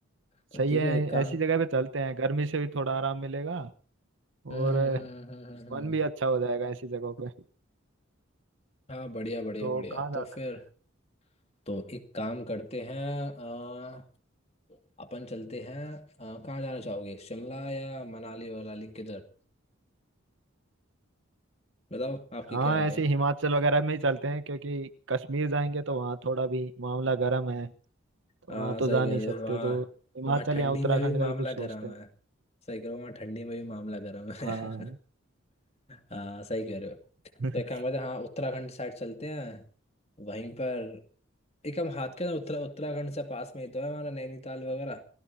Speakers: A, on the left; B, on the right.
A: तो
B: सही
A: ठीक
B: है
A: है एक काम
B: ऐसी जगह पे चलते हैं गर्मी से भी थोड़ा आराम मिलेगा
A: हम्म
B: और
A: हम्म हम्म हम्म हम्म, हम्म।
B: मन
A: हम्म।
B: भी अच्छा हो जाएगा ऐसी जगहों पे
A: हाँ बढ़िया बढ़िया
B: तो
A: बढ़िया
B: कहाँ
A: तो
B: जा
A: फिर
B: सकते
A: तो एक काम करते हैं अ, अपन चलते हैं अ, कहाँ जाना चाहोगे शिमला या मनाली वनाली किधर बताओ आपकी
B: हैं? हाँ
A: क्या राय
B: ऐसे
A: है
B: हिमाचल वगैरह में ही चलते हैं क्योंकि कश्मीर जाएंगे तो वहाँ थोड़ा भी मामला गर्म है तो
A: हाँ
B: वहाँ तो
A: सही
B: जा
A: कह
B: नहीं
A: रहे
B: सकते
A: हो वहाँ
B: तो हिमाचल
A: वहाँ ठंडी
B: या उत्तराखंड
A: में भी मामला
B: का ही कुछ
A: गर्म
B: सोचते हैं
A: है सही कह रहे हो वहाँ ठंडी में भी मामला गर्म है
B: हाँ
A: <laughs> हाँ सही कह रहे हो
B: <laughs>
A: तो एक काम करते हैं हाँ उत्तराखंड साइड चलते हैं वहीं पर एक हम हाथ के ना उत्तरा उत्तराखंड से पास में ही तो है हमारा नैनीताल वगैरह